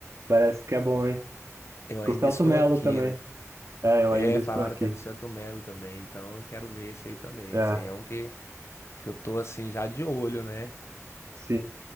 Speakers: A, on the right; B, on the left.
A: Parece que é bom, hein?
B: Eu
A: Com
B: ainda
A: o Celto
B: estou
A: Mello
B: aqui,
A: também.
B: né?
A: É, eu
B: É,
A: ainda estou
B: falaram
A: aqui.
B: que é do Selton Mello também, então eu quero ver esse aí também.
A: É,
B: Esse aí é um que, que eu tô assim já de olho, né?
A: sim,